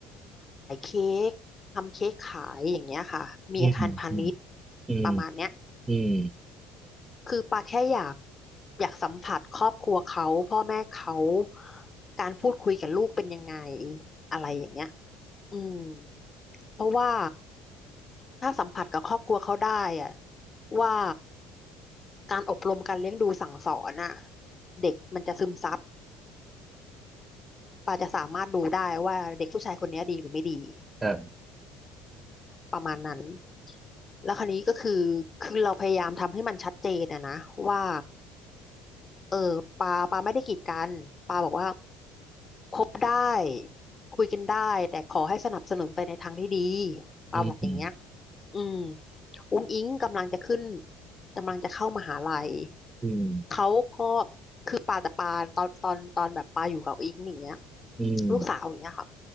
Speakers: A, on the left; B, on the right.
A: เค้กทำเค้กขายอย่างเงี้ยค่ะมีอาคารพาณิชย์
B: อืมอืมอืม
A: ประมาณเนี้ย
B: อืม
A: คือปาแค่อยากอยากสัมผัสครอบครัวเขาพ่อแม่เขาการพูดคุยกับลูกเป็นยังไงอะไรอย่างเงี้ยอืมเพราะว่าถ้าสัมผัสกับครอบครัวเขาได้อะว่าการอบรมการเลี้ยงดูสั่งสอนน่ะเด็กมันจะซึมซับปาจะสามารถดูได้ว่าเด็กผู้ชายคนเนี้ยดีหรือไม่ดี
B: ครับ
A: ประมาณนั้นแล้วคราวนี้ก็คือคือเราพยายามทำให้มันชัดเจนอะนะว่า เออปาปาไม่ได้กีดกันปาบอกว่าคบได้คุยกันได้แต่ขอให้สนับสนุนไปในทางที่ดีปาบอกอย่างเงี้ย
B: อืม
A: อืมอุ้งอิงกำลังจะขึ้นกำลังจะเข้ามหาลัย
B: อืม
A: เขาก็คือปาแต่ปาตอนตอนตอนแบบปาอยู่กับอิงอย่างเงี้ย
B: อืม
A: ลูกสาวอย่างเงี้ยค่ะ